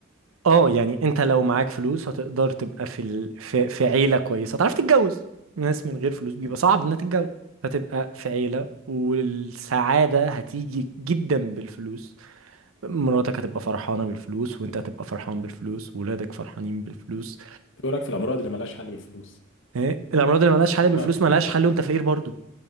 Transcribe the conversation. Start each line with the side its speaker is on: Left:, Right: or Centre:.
Right: اه يعني انت لو معاك فلوس هتقدر تبقى في ال... في... في عيلة كويسة هتعرف تتجوز ناس من غير فلوس بيبقى
Left: مم.
Right: صعب انها تتجوز هتبقى في عيلة والسعادة هتيجي جدا بالفلوس مراتك هتبقى فرحانة بالفلوس وانت هتبقى فرحان بالفلوس وولادك فرحانين بالفلوس
Left: طب ايه رايك في الامراض اللي ملهاش حل بالفلوس
Right: ايه الأمراض اللي ملهاش حل بالفلوس
Left: ايه رايك في الامراض
Right: ملهاش حل وانت فقير برضو